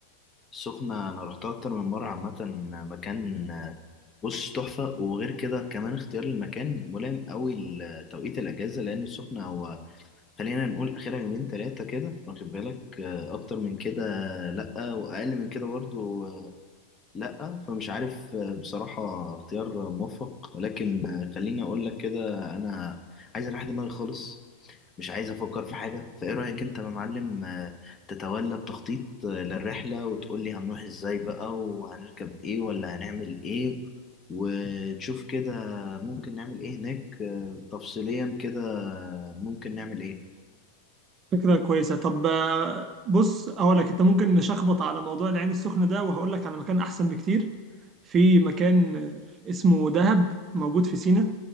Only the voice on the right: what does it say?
فكرة كويسة طب آه، بص أقول لك أنت ممكن نشخبط على موضوع العين السخنة ده وهقول لك على مكان أحسن بكتير في مكان آه، اسمه دهب موجود في سينا